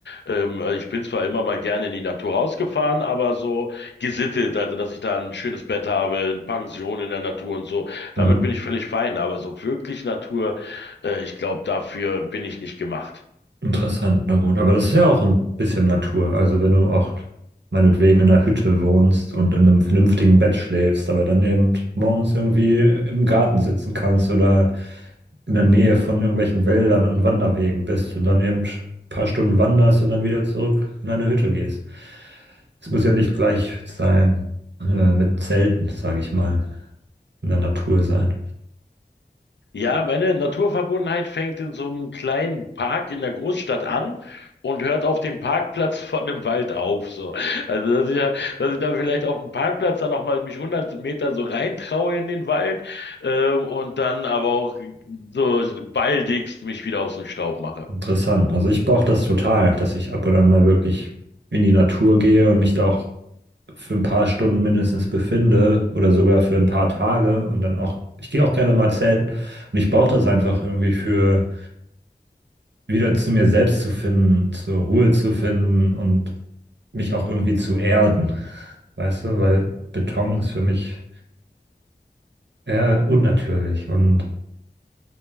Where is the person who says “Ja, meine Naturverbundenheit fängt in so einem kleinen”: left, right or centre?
Left